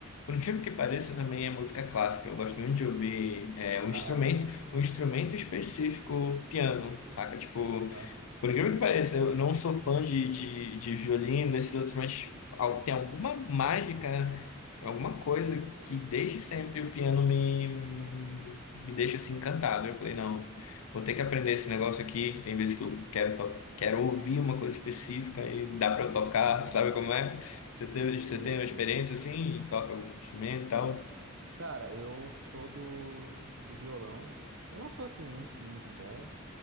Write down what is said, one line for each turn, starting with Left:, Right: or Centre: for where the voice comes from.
Left: Por incrível que pareça, também é música clássica. Eu gosto muito de ouvir é, um
Right: Caraca.
Left: instrumento, um instrumento específico, piano, saca? Tipo,
Right: Aham.
Left: por incrível que pareça, eu não sou fã de, de, de violino, desses outros, mas al- tem alguma mágica, alguma coisa que desde sempre o piano me, me deixa assim encantado. Eu falei, não, vou ter que aprender esse negócio aqui, que tem vezes que eu quero, to- quero ouvir uma coisa específica e dá pra eu tocar, sabe como é? Você teve,
Right: Sei,
Left: você tem uma
Right: sei.
Left: experiência assim, e toca algum instrumento e tal?
Right: Cara, eu sou do, do violão. Eu não sou assim muito, muito bom,